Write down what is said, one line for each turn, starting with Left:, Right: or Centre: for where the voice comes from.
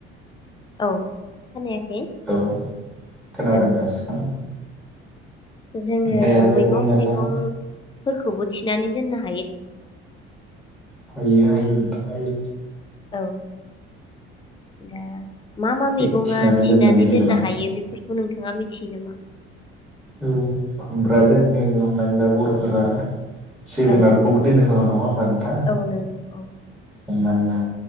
Left: औ खोनायाखै
Centre: औ खोनादों
Left: औ
Centre: दासो खोनादों।
Left: जोङो
Centre: ओमफ्राय आरो
Left: मैगं
Centre: हमना
Left: थाइगं
Centre: ला
Left: फोरखौबो थिनानै दोनना हा
Centre: हायो हायो नोथां। हायो।
Left: औ दा मा मा
Centre: थिग
Left: मैगङा
Centre: दोननायनि
Left: थिनानै
Centre: गेजेराव
Left: दोननो हायो बेफोरखौ बे नोंथाङा मिथियो नामा?
Centre: औ खुमब्रा दोनो हमनानै ला बर'फोरा जोगोनारखौबो
Left: औ
Centre: दोनो खोमा नङा होमबा नोंथां
Left: औ नंगौ औ
Centre: हमनानै ला